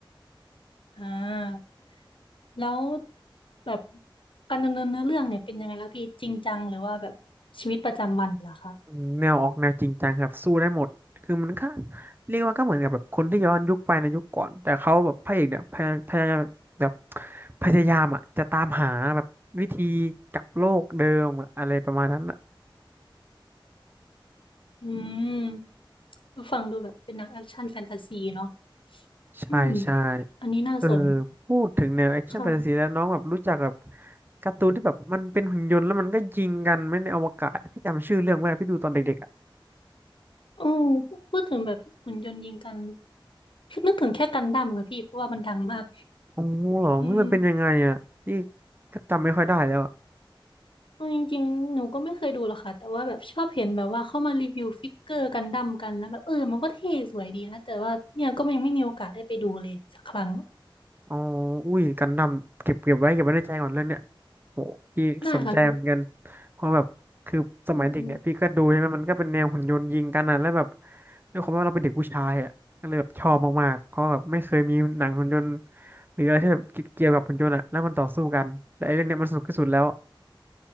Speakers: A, on the left; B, on the right.
A: อ่าแล้วแบบการดำเนินเนื้อเรื่องเนี่ยเป็นยังไงคะพี่จริงจังหรือว่าแบบชีวิตประจำวันเหรอคะ
B: อืมแนวออกแนวจริงจังครับสู้ได้หมดคือมันก็เรียกว่าก็เหมือนกับแบบคนที่ย้อนยุคไปในยุคก่อนแต่เขาแบบพระเอกเนี่ยพยพยายามแบบพยายามอ่ะจะตามหาแบบวิธีกลับโลกเดิมอะอะไรประมาณนั้นอ่ะ
A: อืมก็ฟังดูแบบเป็นหนังแอคชั่นแฟนตาซีเนาะ
B: ใช่ใช่
A: อืม อันนี้น่าสน
B: เออพูดถึงแนวแอคชั่นแฟนตาซีแล้วน้องแบบรู้จักแบบ
A: ค่ะ
B: การ์ตูนที่แบบมันเป็นหุ่นยนต์แล้วมันก็ยิงกันไหม่ในอวกาศพี่จำชื่อเรื่องไม่ได้พี่ดูตอนเด็กๆอ่ะ
A: โอืมพูดถึงแบบหุ่นยนต์ยิงกันคือนึกถึงแค่กันดั้มค่ะพี่เพราะว่ามันดังมาก
B: โอ้โหเหรอมันเป็นยังไงอ่ะพี่
A: อืม
B: ก็จำไม่ค่อยได้แล้ว
A: เอาจริงๆ หนูก็ไม่เคยดูหรอกค่ะ แต่ว่าแบบชอบเห็นแบบว่าเข้ามารีวิวฟิกเกอร์กันดั้มกัน แล้วแบบเออมันก็เท่สวยดีนะ แต่ว่าเนี่ยก็ยังไม่มีโอกาสได้ไปดูเลยสักครั้ง
B: อ๋ออุ้ยกันดั้มเก็บเก็บไว้เก็บไว้ในใจก่อนเรื่องเนี้ยโหพี่สนใจเหมือนกัน
A: ได้ค่ะพี่
B: เพราะแบบคือสมัยเด็กเนี่ยพี่ก็ดูใช่ไหมมันก็เป็นแนวหุ่นยนต์ยิงกันอ่ะแล้วแบบ
A: อืม
B: ด้วยความว่าเราเป็นเด็กผู้ชายอ่ะก็เลยแบบชอบมากๆเพราะแบบไม่เคยมีหนังหุ่นยนต์หรืออะไรที่แบบเกี่ยวกับหุ่นยนต์อ่ะแล้วมันต่อสู้กันแต่ไอ้เรื่องเนี้ยมันสนุกที่สุดแล้ว